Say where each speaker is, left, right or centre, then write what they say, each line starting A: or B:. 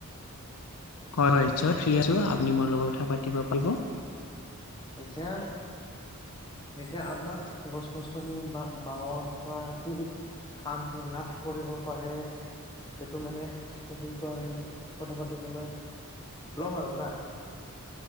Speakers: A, on the left (about 75°); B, on the left (about 20°).
A: হয় হয় নিশ্চয়
B: হেল্ল'
A: ফ্ৰী
B: অ
A: আছো। আপুনি মোৰ লগত কথা পাতিব পাৰিব।
B: এতিয়া সেইটোয়াে আপোনাক গছ গছনি বা বাহঁৰ পৰা ঠিক আমি লাভ কৰিব পাৰে। সেইটো মানে টপিকটো আমি কথা পাতিবলৈ ল'ম আৰু না।